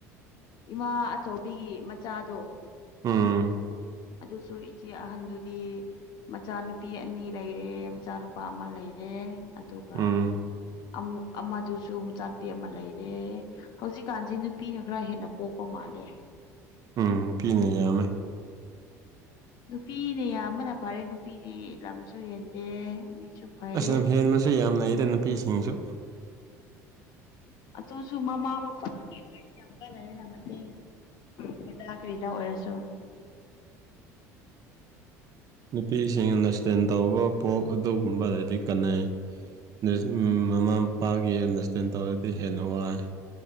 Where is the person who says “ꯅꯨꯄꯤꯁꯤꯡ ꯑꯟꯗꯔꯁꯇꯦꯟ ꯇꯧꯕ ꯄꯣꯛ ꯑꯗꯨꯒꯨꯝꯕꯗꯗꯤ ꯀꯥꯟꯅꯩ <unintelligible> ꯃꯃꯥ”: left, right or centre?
Right